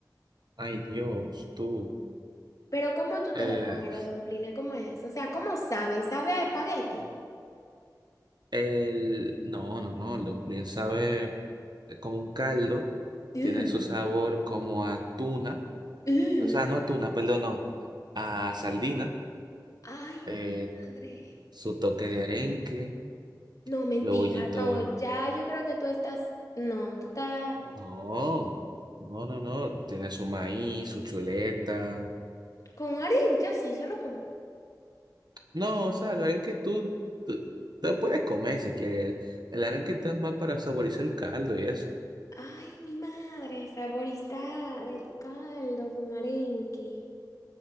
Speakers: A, on the right; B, on the left.
A: Ay, Dios, tú.
B: Pero ¿cómo tú
A: Eh,
B: te lo comes, los domplines? ¿Cómo es? O sea, ¿cómo saben? ¿Sabe a espagueti?
A: El, no, no, no, el dumpling sabe es como un caldo,
B: Ugh,
A: tiene su sabor como a tuna,
B: ugh.
A: o sea, no a tuna, perdón, no, a sardina,
B: Ay,
A: eh,
B: mi madre.
A: su toque de arenque,
B: No, mentira.
A: los bollitos,
B: No, ya yo creo que tú estás... No, tú estás...
A: no, no, no, no, tiene su maíz, su chuleta,
B: Con harina, yo sí, solo come.
A: no, o sea, el arenque tú, tú lo puedes comer si quieres, el arenque está más para saborizar el caldo y eso,
B: Ay, mi madre, saborizar el caldo con arenque.